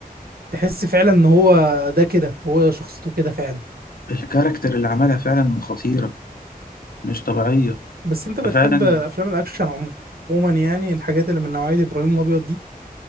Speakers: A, on the right; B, on the left.
A: تحس فعلا إن هو ده كده هو شخصيته كده فعلا
B: الكاركتر اللي عملها فعلا خطيرة مش طبيعية
A: بس أنت بتحب
B: ففعلا
A: أفلام الأكشن عموما عموما يعني الحاجات اللي من نوعية إبراهيم الأبيض دي